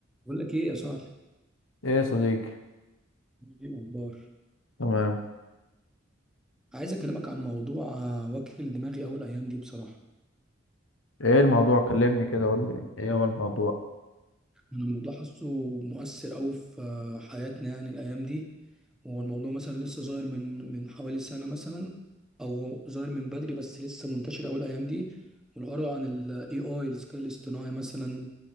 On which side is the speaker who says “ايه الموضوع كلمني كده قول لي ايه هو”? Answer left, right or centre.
Left